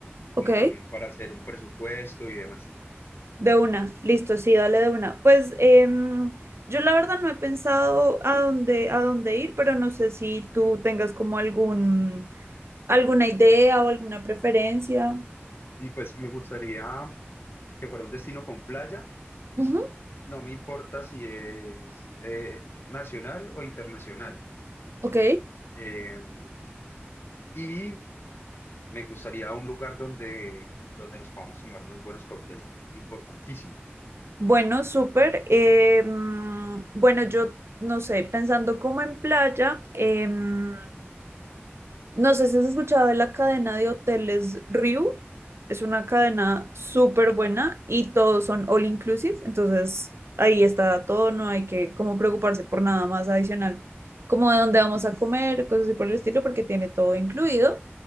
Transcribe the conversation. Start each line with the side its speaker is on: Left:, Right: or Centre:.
Right: ok.
Left: como también para hacer un presupuesto y demás.
Right: De una, listo, sí, dale de una. Pues em, yo la verdad no he pensado a dónde, a dónde ir, pero no sé si tú tengas como algún, alguna idea o alguna preferencia.
Left: Y pues me gustaría que fuera un destino con playa,
Right: Ujú,
Left: no me importa si es eh, nacional o internacional.
Right: Ok.
Left: Eh, y me gustaría un lugar donde, donde nos podamos tomar unos buenos cócteles, importantísimo.
Right: Bueno, súper. Eh, mm, bueno, yo no sé, pensando como en playa, eh, mm, no sé si has escuchado de la cadena de hoteles Riu. Es una cadena súper buena y todos son all inclusive. Entonces ahí está todo, no hay que como preocuparse por nada más adicional, como de dónde vamos a comer, cosas así por el estilo, porque tiene todo incluido.